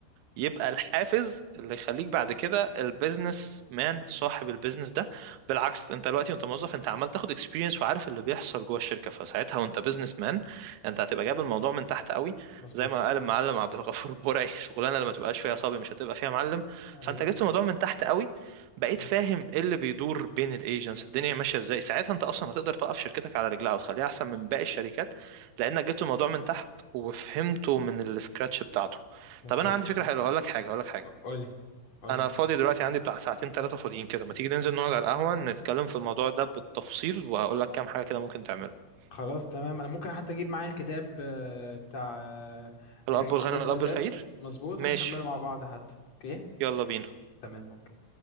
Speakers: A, on the right; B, on the left.
A: يبقى الحافز اللي يخليك بعد كده البيزنس مان صاحب البيزنس ده بالعكس انت دلوقتي وانت موظف انت عمال تاخد اكسبيرينس وعارف اللي بيحصل جوه الشركه فساعتها وانت بيزنس مان انت هتبقى جايب الموضوع من تحت قوي
B: مظبوط
A: زي ما قال المعلم عبد الغفور <laughs> البرعي شغلانه اللي ما تبقاش فيها صبي مش هتبقى فيها معلم
B: ايوه
A: فانت جبت الموضوع من تحت قوي بقيت
B: مم.
A: فاهم ايه اللي بيدور بين الايجنتس الدنيا ماشيه ازاي ساعتها انت اصلا هتقدر توقف شركتك على رجلها وتخليها احسن من باقي الشركات لانك جبت الموضوع من تحت وفهمته من السكراتش بتاعته
B: مظبوط
A: طب انا عندي فكره حلوه هقول لك حاجه هقول لك حاجه
B: ق- قولي قولي
A: انا فاضي دلوقتي عندي بتاع ساعتين ثلاثه فاضيين كده ما تيجي ننزل نقعد على القهوه نتكلم في الموضوع ده بالتفصيل وهقول لك كام حاجه كده ممكن تعمله
B: خلاص تمام انا ممكن حتى اجيب معايا الكتاب آه، بتاع آه،
A: الاب
B: الريتش
A: الغني
B: داد
A: والاب
B: بور داد
A: الفقير
B: مظبوط
A: ماشي
B: ونكمله مع بعض حتى اوكي
A: يلا بينا
B: تمام اوكي